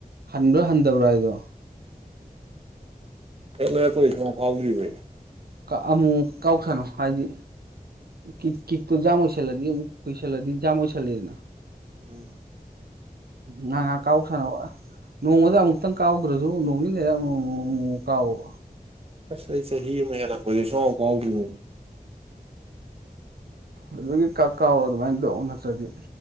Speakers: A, on the right; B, on the right.
A: ꯍꯟꯕ꯭ꯔꯥ ꯍꯟꯗꯕ꯭ꯔꯥ ꯍꯥꯏꯗꯣ
B: ꯍꯦꯛ ꯂꯩꯔꯛꯄꯗꯩ ꯁꯨꯛꯀꯥꯎ ꯀꯥꯎꯗ꯭ꯔꯤꯕ ꯑꯩ
A: ꯀꯥ ꯑꯃꯨꯛꯃꯨꯛ ꯀꯥꯎ ꯁꯥꯅꯧ ꯍꯥꯏꯗꯤ ꯀꯤ ꯀꯤꯛꯇꯣ ꯖꯥꯝ ꯑꯣꯏꯁꯜꯂꯗꯤ ꯑꯃꯨꯛ ꯀꯨꯏꯁꯂꯗꯤ ꯖꯥꯝ ꯑꯣꯏꯁꯜꯂꯤꯗꯅ
B: ꯎꯝ
A: ꯉꯥꯉꯥꯛ ꯀꯥꯎ ꯁꯥꯅꯧꯕ ꯅꯣꯡꯃꯗ ꯑꯃꯨꯛꯇꯪ ꯀꯥꯎꯗ꯭ꯔꯁꯨ ꯅꯣꯡꯅꯤꯅꯤ ꯂꯩꯔꯒ ꯑꯃꯨꯃꯨꯃꯨꯃꯨꯃꯨꯛ ꯀꯥꯎꯋꯣ
B: ꯑꯁ ꯑꯩ ꯆꯍꯤ ꯑꯃ ꯍꯦꯜꯂꯛꯄꯁꯦ ꯁꯨꯡꯀꯥꯎ ꯀꯥꯎꯗ꯭ꯔꯤꯅꯦ
A: ꯑꯗꯨꯒꯤ ꯀꯛ ꯀꯥꯎꯔꯣ ꯑꯗꯨꯃꯥꯏꯅ ꯇꯧ ꯅꯠꯇ꯭ꯔꯗꯤ